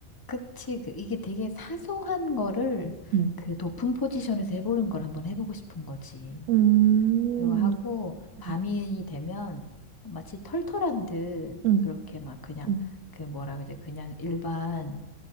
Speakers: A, on the left (about 20°); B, on the right (about 60°).
A: 그치. 그 이게 되게 사소한 거를
B: 응
A: 그 높은 포지션에서 해보는 걸 한번 해보고 싶은 거지.
B: 음.
A: 그리고 하고 밤이
B: 음,
A: 되면 마치 털털한 듯
B: 음,
A: 그렇게 막 그냥
B: 음,
A: 그 뭐라 그러지? 그냥 일반